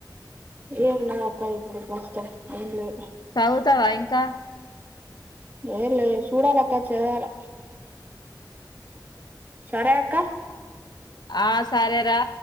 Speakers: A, on the right; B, on the left.
A: ఏం నా అక్క ఇప్పుడు ప్రస్తుతం ఏం లే
B: చదువుతావా ఇంకా
A: ఏ లే సూడాల అక్క చేయాలా సరే అక్క
B: ఆ సరేరా